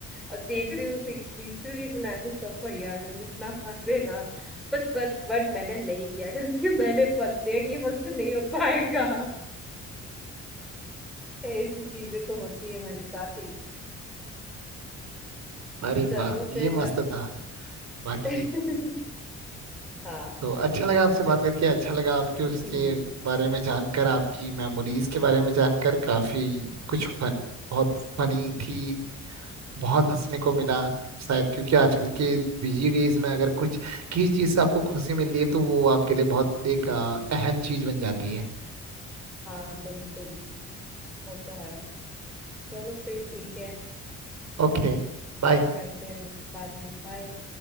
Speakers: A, in the centre; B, on the right.
A: और देख रही हूँ तो इतनी बनाया तो सब भैया लोग इतना हंसे ना बट बट बट मैंने नहीं किया क्योंकि मैंने पता है कि ये मुझसे नहीं हो पाएगा ऐसी चीजें तो होती है मेरे साथ ही
B: अरे
A: चलो
B: वाह ये
A: फिर
B: मस्त था बाकी
A: <laughs> हाँ
B: तो अच्छा लगा आपसे बात
A: चल
B: करके अच्छा लगा आपके उसके
A: हम्म,
B: बारे में जानकर आपकी मेमोरीज के बारे में जानकर काफी कुछ फन बहुत फनी थी बहुत हंसने को मिला शायद क्योंकि आजकल के बिजी डेज में अगर कुछ किसी चीज से आपको खुशी मिल रही है तो वो आपके लिए बहुत एक अ, अहम चीज बन जाती है
A: हाँ बिल्कुल वो तो है चलो फिर ठीक है
B: ओके
A: अम,
B: बाय
A: बात करते हैं बाद में बाय